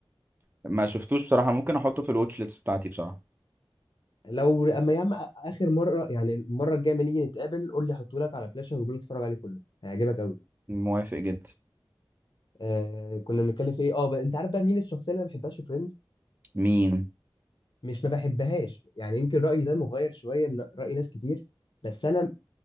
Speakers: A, on the right (about 20°); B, on the left (about 60°).
A: ما شفتوش بصراحة ممكن أحطه في الواتش ليست بتاعتي بصراحة
B: لو اما يا عم اخر مره يعني المره الجايه لما نيجي نتقابل قول لي احطه لك على فلاشه وقول لي اتفرج عليه كله هيعجبك قوي
A: موافق جدا
B: آه كنا بنتكلم في ايه اه ب- انت عارف بقى مين الشخصيه اللي ما بحبهاش في فريندز
A: مين
B: مش ما بحبهاش يعني يمكن رأيي ده مغاير شوية لرأي ناس كتير بس أنا